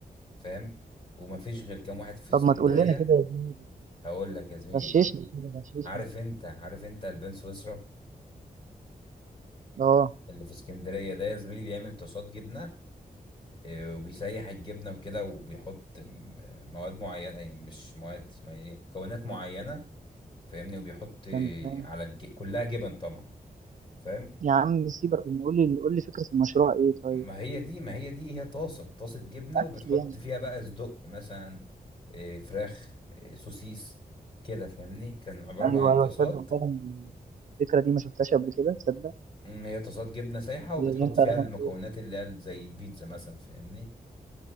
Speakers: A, on the left (about 35°); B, on the right (about 55°).
A: فاهم وما فيش غير كام واحد في اسكندريه
B: طب ما تقول لنا كده يا زميلي
A: هقول لك يا زميلي
B: غششني
A: ايه
B: كده غششني
A: عارف انت عارف انت البان سويسرا
B: اه
A: اللي في اسكندريه ده يا زميلي بيعمل طاسات جبنه آه، وبيسيح الجبنه وكده وبيحط م- مواد معينه أي مش مواد اسمها ايه مكونات معينه فاهمني وبيحط
B: تمام
A: على الج... كلها جبن طبعا فاهم
B: يا عم سيبك قول لي قول لي فكرة المشروع ايه طيب
A: ما هي دي ما هي دي هي طاسة طاسة جبنة
B: اكل
A: وبتحط
B: يعني
A: فيها بقى صدق مثلا إيه، فراخ إيه، سوسيس كده فاهمني كان عبارة
B: ايوه
A: عن
B: ايوه
A: طاسات
B: تصدق فعلا الفكرة دي ما شفتهاش قبل كده تصدق
A: مم، هي طاسات جبنة سايحة وبتحط
B: هي اللي انت
A: فيها
B: رسمت
A: المكونات
B: فيها.
A: اللي هي زي البيتزا مثلا فاهمني